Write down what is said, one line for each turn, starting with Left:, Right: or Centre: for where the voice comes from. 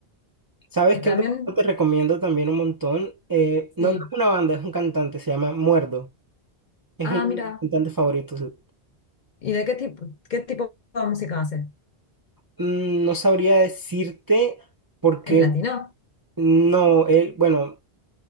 Right: ¿Sabes
Left: Y
Right: qué
Left: también,
Right: otro grupo te recomiendo también un montón? Eh, no,
Left: sí.
Right: no es una banda, es un cantante, se llama Muerdo. Es
Left: Ah,
Right: un
Left: mira,
Right: cantante favorito. sí.
Left: ¿y de qué tipo, qué tipo de música hace?
Right: Mm, No sabría decirte porque
Left: ¿Es latino?
Right: no, él, bueno,